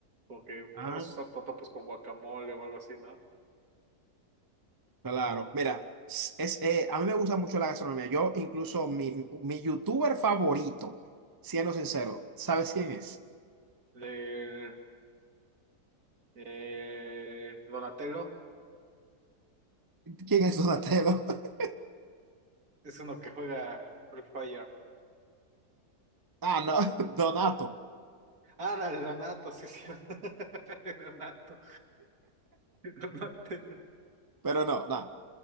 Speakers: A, on the right (about 65°); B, on the right (about 20°).
A: como que
B: Ah,
A: vamos a usar totopos con guacamole o algo así, ¿no?
B: Claro, mira, s- es, eh, a mí me gusta mucho la gastronomía. Yo, incluso, mi, mi youtuber favorito, siendo sincero, ¿sabes quién es?
A: De eh, Donatello.
B: ¿quién es Donatello? <laughs>
A: Es uno que juega Free Fire.
B: Ah, no, <laughs> Donato.
A: Ah, no, el Donato, sí, sí. <laughs> El Donato. el Donato.
B: Pero no, no.